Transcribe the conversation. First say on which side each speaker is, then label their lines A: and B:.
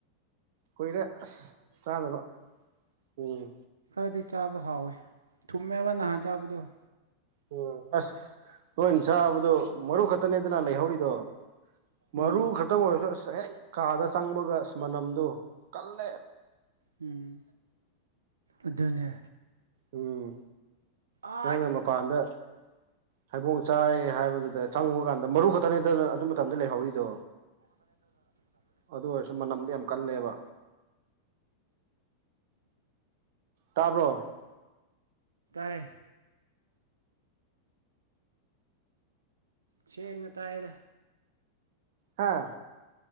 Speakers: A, on the right; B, on the right.
A: ꯀꯨꯏꯔꯦ ꯑꯁ ꯆꯥꯗꯕ ꯎꯝ
B: ꯈꯗꯤ ꯆꯥꯕ ꯍꯥꯎꯋꯤ ꯊꯨꯝꯃꯦꯕ ꯅꯍꯥꯟ ꯆꯥꯕꯗꯣ
A: ꯎꯝ ꯑꯁ ꯅꯣꯏꯅ ꯆꯥꯕꯗꯣ ꯃꯔꯨ ꯈꯛꯇꯅꯦꯗꯅ ꯂꯩꯍꯧꯔꯤꯗꯣ ꯃꯥꯔꯨ
B: ꯎꯝ
A: ꯈꯠꯃ ꯑꯣꯏ ꯆ ꯍꯦꯛ ꯀꯥꯗ ꯆꯪꯕꯒ ꯏꯁ ꯃꯅꯝꯗꯨ ꯀꯜꯂꯦ
B: ꯎꯝ ꯑꯗꯨꯅꯦ
A: ꯎꯝ
B: ꯑꯥꯏꯠ
A: ꯅꯪꯅ ꯃꯄꯥꯟꯗ ꯍꯥꯏꯕꯣꯡ ꯆꯥꯏ ꯍꯥꯏꯕꯗꯨꯗ ꯆꯪꯉ ꯀꯥꯟꯗ ꯃꯔꯨ ꯈꯛꯇꯅꯦ ꯑꯗꯨ ꯑꯗꯨ ꯃꯇꯝꯗ ꯂꯩꯍꯧꯔꯤꯗꯣ
B: ꯑꯗꯨ
A: ꯑꯗꯨ ꯑꯣꯏꯔꯁꯨ ꯃꯅꯝꯗꯤ ꯌꯥꯝ ꯀꯜꯂꯦꯕ ꯇꯥꯕ꯭ꯔꯣ
B: ꯇꯦ ꯆꯦ ꯉꯇꯥꯏꯗ
A: ꯍꯥꯥ